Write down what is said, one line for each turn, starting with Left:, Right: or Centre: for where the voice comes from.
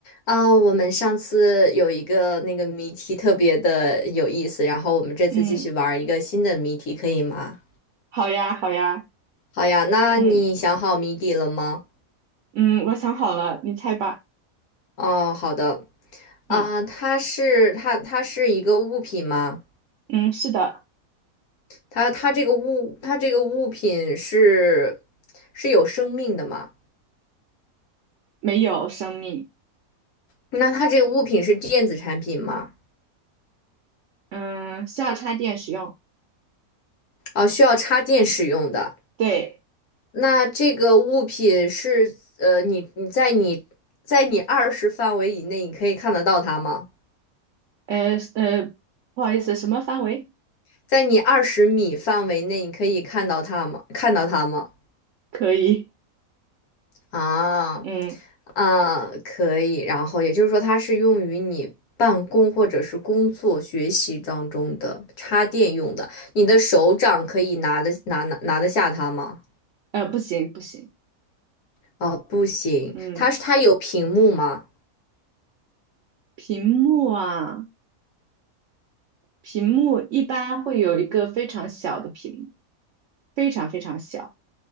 Left: 哦，我们上次有一个那个谜题特别的有意思，然后我们这次继续玩一个新的谜题，
Right: 嗯，
Left: 可以吗？
Right: 好呀，好呀，
Left: 好呀，那你想好谜底了吗？
Right: 嗯嗯，我想好了，你猜吧。
Left: 哦，好的。
Right: 嗯
Left: 啊、它是它它是一个物品吗？
Right: 嗯，是的，
Left: 它它这个物它这个物品是是有生命的吗？
Right: 没有生命，
Left: 那它这个物品是电子产品吗？
Right: 嗯，需要插电使用。
Left: 哦，需要插电使用的。
Right: 对，
Left: 那这个物品是呃，你你在你在你二十范围以内，你可以看得到它吗？
Right: 呃呃，不好意思，什么范围？
Left: 在你二十米范围内，你可以看到它吗？看到它吗？
Right: 可以，
Left: 啊，
Right: 嗯
Left: 啊，可以。然后也就是说，它是用于你办公或者是工作、学习当中的插电用的。你的手掌可以拿得拿拿拿得下它吗？
Right: 呃，不行不行，
Left: 啊，不行。
Right: 嗯，
Left: 它是它有屏幕吗？
Right: 屏幕啊，屏幕一般会有一个非常小的屏幕，非常非常小，